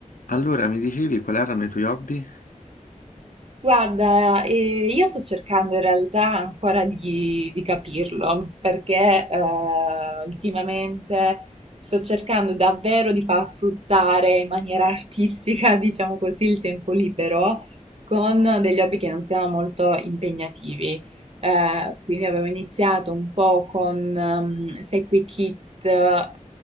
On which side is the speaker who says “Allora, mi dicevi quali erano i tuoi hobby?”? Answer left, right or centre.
Left